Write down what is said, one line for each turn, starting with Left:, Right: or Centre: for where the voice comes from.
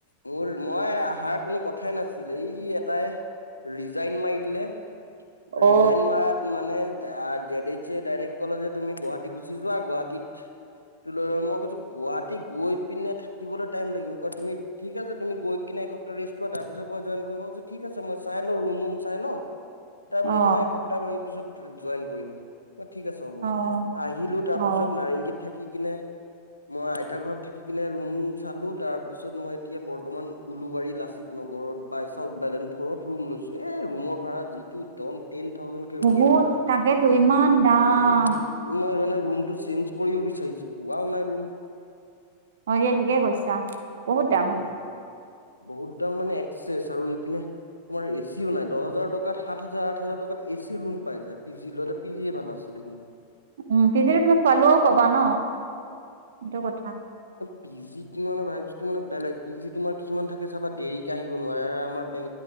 Left: মোৰ, মই অহাৰ কোনো কথাই নাছিল, এই এটাই ৰিজাইন মাৰি দিলে। ৰিজাইন
Right: অ
Left: মাৰাত মানে আ জেডিছে ডাইৰেক্ট ক'লে যে তুমি গুৱাহাটী গুচি যোৱা গুৱাহাটীত, ত ল মই কৈছো গুৱাহী গৈ পিনে থাকিবলৈ টাইম লাগিব কয় তুমি ঠিক আছে তুমি গৈ কিনে এসপ্তাহ ৰেষ্ট লোৱা তাৰ পিছৰ পৰা জইন কৰিবই কৈ ঠিক আছে মই চাই ল ৰুম ম চাই ল তাৰপিছত
Right: অ
Left: মই এসপ্তাহ মান পিছত জইন কৰিম ঠিক আছে হ'ব,
Right: অ
Left: আহিলো তাৰ
Right: অ
Left: পিছত নাৰেংগীত থাকি কিনে মই আইতাৰ ঘৰত থাকি কিনে ৰুম-মুম চালোঁ, তাৰপিছত মই এতিয়া বৰ্তমান উলুবাৰী লাচিত নগৰত বাই চাউথ বাইলেণ্ড ফ'ৰত ৰুম লৈছোঁ, এ ৰুমৰ ভাড়া যিটো টন, টেন থাউজেণ্ড কে
Right: বহুত
Left: ৰুমৰ ভাড়া।
Right: তাকেতো ইমান দাম
Left: এ ম মানে ৰূমটো চেঞ্জ কৰিব বিচাৰিছো, পোৱাও নাই ৰুম
Right: অ দিয়া ঠিকে কৈছা, বহুত
Left: উম।
Right: দাম
Left: বহুত দাম মানে এক্চেছ আৰু ইপিনে তোমাৰ এচিও নাই, দহ হাজাৰ টকাত, সাত হাজাৰ, আঠ হাজাৰ টকাত এচি ৰুম পাই যায় পি জি লৈলে পি জিয়ে ভাল আছে দেখোন।
Right: উম পিজি তুমি খোৱা-লোৱাও পাবা ন সেইটো কথা
Left: পিজিত মানে ভাইব্ছটো মানে বেলেগ পিজি তোমাৰ কিমান থাকে চাবা দেৰিকে আহিব নোৱাৰে আৰু আমাৰ বেং